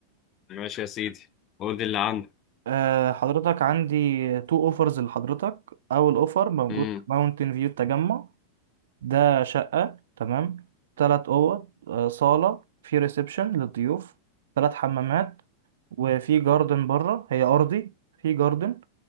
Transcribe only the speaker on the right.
أه حضرتك عندي تو اوفرز لحضرتك اول اوفر موجود
ماونتن فيو التجمع ده شقه تمام تلات اوض آه، صاله في ريسبشن للضيوف تلات حمامات وفي جاردن بره هي ارضي في جاردن